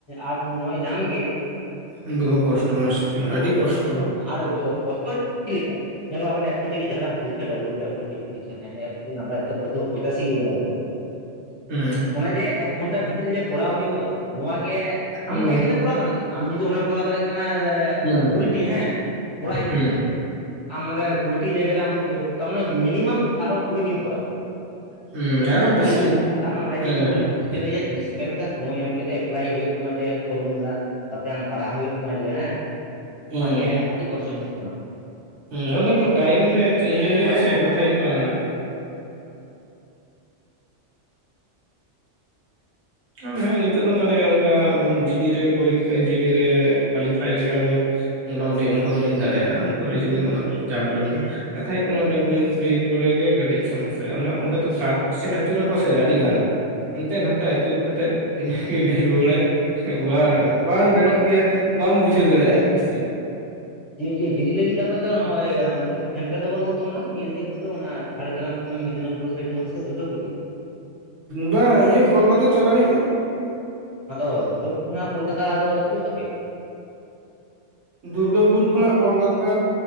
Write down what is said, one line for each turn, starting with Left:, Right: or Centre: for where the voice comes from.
Left: ᱟᱴ ᱱᱚᱭ ᱧᱟᱢ ᱜᱮ ᱾
Right: ᱦᱮᱸ ᱵᱚᱦᱩ ᱠᱚᱥᱴᱚ ᱢᱩᱥᱠᱤᱞ ᱟᱹᱰᱤ
Left: ᱵᱚᱦᱩ ᱠᱚᱥᱴ
Right: ᱠᱚᱥᱴᱚ
Left: ᱛᱮ ᱟᱨ ᱡᱚ ᱠᱚᱥᱴᱚ ᱪᱮᱫ ᱞᱮᱠᱟ ᱧᱮᱞᱚᱜᱼᱟ ᱧᱮᱞᱟᱵᱮᱱ ᱮᱠᱥᱚ ᱴᱤ ᱡᱟᱦᱟᱸᱱᱟᱜ ᱯᱚᱨᱤᱠᱠᱷᱟ ᱰᱟᱵᱞᱩ ᱮᱠᱥᱚᱴᱤ ᱱᱟᱢᱵᱟᱨ ᱦᱚᱭᱛᱚ ᱯᱚᱸᱪᱟᱥᱥᱤ ᱠᱟᱫᱟ ᱠᱚ
Right: ᱦᱮᱸ
Left: ᱚᱱᱟ ᱡᱮ ᱮᱠ ᱮᱠ ᱜᱷᱚᱱᱴᱟ ᱵᱷᱤᱛᱨᱤ ᱨᱮ ᱡᱮ ᱠᱚᱨᱟᱣ ᱦᱩᱭᱩᱜᱼᱟ, ᱱᱚᱣᱟ ᱜᱮ ᱟᱢ
Right: ᱦᱮᱸ
Left: ᱦᱮᱡ ᱠᱟᱛᱮᱢ ᱠᱚᱨᱟᱣ ᱫᱟᱲᱮᱭᱟᱜᱼᱟ ᱾ ᱟᱢ ᱡᱩᱫᱤ ᱚᱱᱟᱢ ᱠᱚᱨᱟᱣ ᱫᱟᱲᱮᱭᱟᱜ ᱠᱟᱱᱟ
Right: ᱦᱮᱸ
Left: ᱠᱩᱲᱤᱴᱤ ᱦᱮᱸ ᱚᱲᱟᱜ ᱦᱤᱡᱩᱜ
Right: ᱦᱮᱸ
Left: ᱢᱮ, ᱟᱢ ᱚᱸᱰᱮ ᱠᱩᱲᱤᱴᱤ ᱡᱟᱭᱜᱟ ᱨᱮᱢ ᱛᱟᱨ ᱢᱟᱱ ᱢᱤᱱᱤᱢᱟᱢ ᱟᱨᱚ ᱠᱩᱲᱤᱴᱤ ᱮᱢ ᱠᱚᱨᱟᱣ ᱾
Right: ᱦᱮᱸ
Left: ᱮᱠᱴᱩ
Right: ᱟᱨᱚ
Left: ᱥᱚᱢᱚᱭ
Right: ᱵᱮᱥᱤ
Left: ᱞᱟᱜᱟᱜᱼᱟ ᱠᱟᱨᱚᱱ ᱚᱱᱮ
Right: ᱦᱮᱸ
Left: ᱡᱮ ᱢᱤᱫᱴᱮᱱ
Right: ᱦᱮᱸ
Left: ᱠᱚᱥᱪᱮᱱ ᱨᱮᱪᱮ ᱛᱤᱨᱤᱥ ᱥᱮᱠᱮᱱᱰ ᱞᱮᱠᱟ ᱥᱚᱢᱚᱭ ᱮᱢ ᱠᱟᱛᱮ ᱮᱯᱞᱟᱭ ᱦᱩᱭᱩᱜ ᱛᱟᱢᱟ ᱡᱮ ᱯᱷᱚᱨᱢᱩᱞᱟ ᱾ ᱛᱟᱛᱮ ᱟᱢ ᱯᱟᱲᱦᱟᱣ ᱦᱩᱭᱩᱜ ᱛᱟᱢᱟ ᱡᱮ ᱦᱮᱸ
Right: ᱦᱮᱸ
Left: ᱚᱱᱟ ᱜᱮ ᱟᱹᱰᱤ ᱠᱚᱥᱴᱚ ᱡᱤᱱᱤᱥ ᱠᱟᱱᱟ ᱚᱱᱟ ᱾
Right: ᱦᱮᱸ ᱚᱸᱰᱮ ᱫᱚ ᱴᱟᱭᱤᱢ ᱨᱮ ᱤᱭᱟᱹ ᱦᱩᱭᱩᱜᱼᱟ ᱥᱮ ᱠᱟᱛᱷᱟ ᱦᱩᱭᱩᱜ ᱠᱟᱱᱟ ᱚᱱᱟ᱾ ᱟᱨᱦᱚᱸ ᱱᱤᱛᱚᱜ ᱫᱚ ᱢᱟᱱᱮ ᱚᱱᱠᱟ ᱡᱤᱰᱤ ᱨᱮ ᱯᱚᱨᱤᱠᱷᱟ ᱡᱤᱰᱤ ᱨᱮ ᱠᱳᱣᱟᱞᱤᱯᱷᱟᱭ ᱞᱮᱠᱟ ᱫᱚ ᱢᱳᱚᱴᱟᱢᱩᱴᱤ ᱚᱝᱠᱟ ᱫᱚᱞᱤᱧ ᱫᱟᱲᱮᱭᱟᱜᱼᱟ, ᱚᱝᱠᱩ ᱨᱤᱡᱤᱱᱤᱝ ᱚᱱᱟ ᱪᱟᱯ ᱵᱟᱹᱱᱩᱜᱼᱟ᱾ ᱠᱟᱛᱷᱟ ᱦᱩᱭᱩᱜ ᱠᱟᱱᱟ ᱰᱟᱵᱞᱤᱭᱩ ᱯᱤ ᱠᱚᱨᱮᱜ ᱜᱮ ᱠᱟᱹᱴᱤᱡ ᱥᱚᱢᱚᱥᱥᱟ ᱚᱱᱟ ᱚᱸᱰᱮ ᱫᱚ ᱠᱚᱥᱪᱮᱱ ᱟᱹᱪᱩᱨᱟᱠᱚ ᱥᱮ ᱟᱹᱰᱤ ᱜᱟᱱ
Left: <inaudible>
Right: ᱾ ᱦᱟᱱᱛᱮ ᱱᱟᱛᱮ ᱟᱹᱪᱩᱨ ᱠᱟᱛᱮ ᱤᱱᱟᱹᱜᱮ ᱞᱟᱹᱭ ᱨᱩᱣᱟᱹᱲᱟᱭ ᱵᱟ
Left: ᱦᱮᱸ
Right: ᱵᱟᱝ ᱜᱟᱱᱚᱜ ᱜᱮᱭᱟ ᱵᱟᱢ ᱵᱩᱡᱷᱟᱹᱣ ᱫᱟᱲᱮᱭᱟᱜᱼᱟ ᱠᱚᱥᱪᱮᱱ ᱾
Left: ᱡᱮ ᱤᱭᱟᱹ ᱡᱮᱰᱤ ᱞᱟᱜᱤ ᱟᱯᱮ ᱚᱱᱛᱮ ᱥᱮᱱᱴᱟᱨ ᱫᱚ ᱵᱟᱹᱱᱩᱜᱼᱟ ᱛᱚ ᱚᱱᱟ ᱤᱭᱟᱹ ᱥᱟᱭᱤᱰ ᱛᱮᱫᱚ ᱚᱱᱟ ᱡᱷᱟᱲᱜᱨᱟᱢ ᱠᱤᱝᱵᱟ ᱢᱮᱫᱽᱱᱤᱯᱩᱨ ᱾ ᱯᱚᱨᱤᱠᱠᱷᱟ ᱥᱤᱴ ᱵᱟᱝ ᱥᱮ ᱫᱷᱩᱜᱨᱵᱯᱩᱨ ᱜᱮ ᱾
Right: ᱵᱟ ᱤᱭᱟᱹ ᱠᱳᱞᱠᱟᱛᱟ ᱪᱟᱞᱟᱜ ᱦᱩᱭᱩᱜᱼᱟ ᱾
Left: ᱚᱱᱟ ᱫᱚ ᱫᱩᱨᱜᱯᱩᱨ ᱠᱷᱚᱱ ᱠᱳᱞᱠᱟᱛᱟ ᱫᱚ ᱥᱩᱨᱩᱜ ᱛᱟᱯᱮᱭᱟ ᱾
Right: ᱫᱩᱨᱜᱟᱹᱯᱩᱨ ᱠᱷᱚᱱᱟᱜ ᱠᱳᱞᱠᱟᱛᱟ